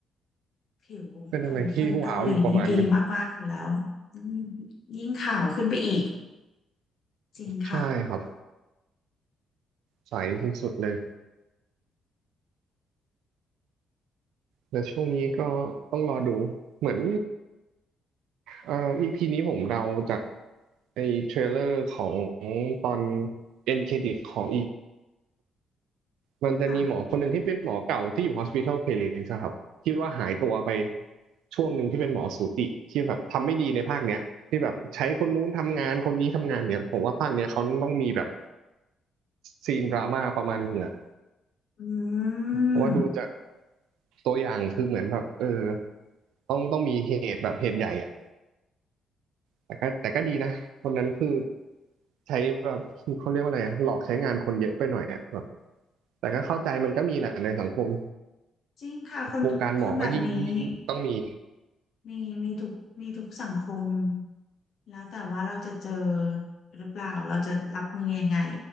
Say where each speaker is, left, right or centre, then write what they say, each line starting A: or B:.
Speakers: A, on the left; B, on the right.
A: ผิวของคนเกาหลีนี่ดีมากๆอยู่แล้วอืม
B: เป็นอะไรที่ว้าวอยู่ประมาณหนึง
A: ยิ่งขาวขึ้นไปอีกจริงค่ะ
B: ใช่ครับ ใสสุดๆเลย และช่วงนี้ก็ต้องรอดูเหมือน เอ่อ EP นี้ผมเดาจากไอ้เทรลเลอร์ของตอนเอ็นเครดิตของอีพีมันจะมีหมอคนหนึ่งที่เป็นหมอเก่าที่อยู่
A: ค่ะ
B: Hospital Playlist อะครับที่ว่าหายตัวไปช่วงหนึ่งที่เป็นหมอสูติที่แบบทำไม่ดีในภาคเนี้ยที่แบบใช้คนนู้นทำงานคนนี้ทำงานเนี้ยผมว่าภาคเนี้ยเขาต้องมีแบบซีนดราม่าประมาณหนึงอะ
A: อื
B: เพราะว่าดูจาก
A: ม
B: ตัวอย่างคือเหมือนแบบเออต้องต้องมีเหตุแบบเหตุใหญ่อะ แต่ก็แต่ก็ดีนะคนนั้นคือใช้แบบเขาเรียกว่าอะไรอะหลอกใช้งานคนเยอะไปหน่อยอะแบบแต่ก็เข้าใจมันก็มีแหละในสังคม
A: จริงค่ะคนคนแบบนี้
B: วงการหมอก็ยิ่งยิ่งต้องมี
A: มีมีทุกมีทุกสังคมแล้วแต่ว่าเราจะเจอหรือเปล่าเราจะรับมือยังไง